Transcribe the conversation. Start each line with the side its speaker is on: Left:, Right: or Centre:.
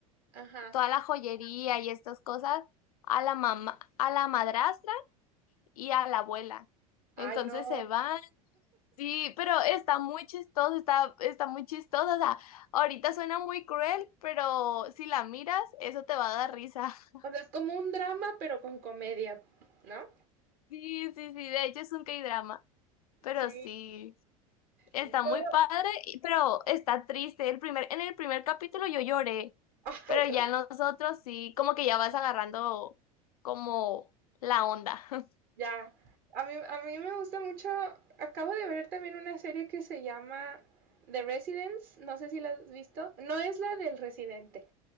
Right: Ajá.
Left: toda la joyería y estas cosas a la mamá, a la madrastra y a la abuela.
Right: Ay,
Left: Entonces
Right: no.
Left: se van Sí, pero está muy chistoso, está, está muy chistoso. O sea, ahorita suena muy cruel, pero si la miras, eso te va a dar risa. <laughs>
Right: O sea, es como un drama, pero con comedia, ¿no?
Left: Sí, sí, sí, de hecho es un K-drama, pero
Right: Sí.
Left: sí, está
Right: Yo-
Left: muy padre, y- pero está triste. El primer, en el primer capítulo yo lloré,
Right: <laughs>
Left: pero ya en los otros sí, como que ya vas agarrando como la onda. <laughs>
Right: Ya, a mí, a mí me gusta mucho, acabo de ver también una serie que se llama The Residence, no sé si la has visto, no es la del residente,